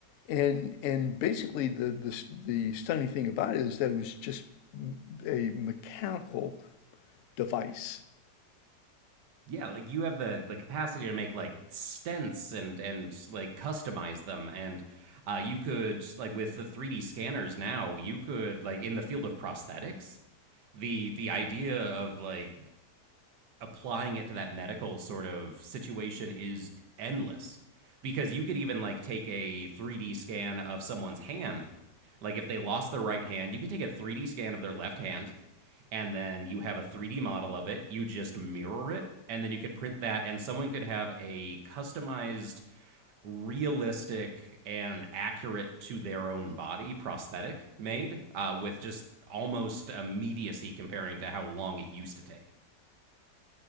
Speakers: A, on the left; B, on the right.
A: And and basically, the, the the stunning thing about it is that it was just a mechanical device.
B: Yeah, like you have the the capacity to make like stents and and like customize them and uh you could like with the 3D scanners now, you could like in the field of prosthetics, the the idea of like applying it to that medical sort of situation is endless because you could even like take a 3D scan of someone's hand. Like if they lost their right hand, you could take a 3D scan of their left hand and then you have a 3D model of it. You just mirror it, and then you could print that, and someone could have a customized, realistic, and accurate to their own body prosthetic made uh, with just almost immediacy comparing to how long it used to take.